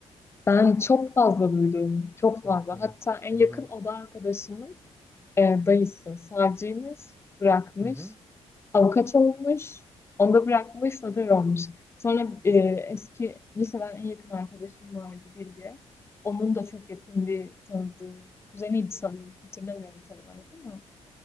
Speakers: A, on the left; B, in the centre.
A: Ben çok fazla duydum. Çok fazla.
B: Evet evet
A: Hatta en
B: zor.
A: yakın oda arkadaşımın e, dayısı savcıymış, bırakmış.
B: Hı hı.
A: Avukat olmuş, onu da bırakmış, sanatör olmuş. Sonra e, eski liseden en yakın arkadaşım vardı Bilge. Onun da çok yakın bir tanıdığı, kuzeniydi sanırım, hatırlamıyorum tam olarak ama.